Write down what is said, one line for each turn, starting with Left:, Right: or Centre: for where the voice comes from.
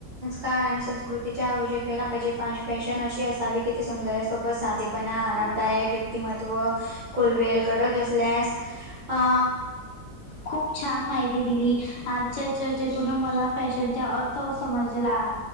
Right: काळ आणि संस्कृतीच्या आवश्यकला पाहिजे फ फॅशन अशी असावी की ती सौंदर्य सो व साधेपणा, आरामदायक, व्यक्तिमत्व
Left: खूप
Right: खुलवेल गरज असल्यास हा.
Left: खूप छान माहिती दिली आजच्या चर्चेतून मला फॅशनचा अर्थ समजला.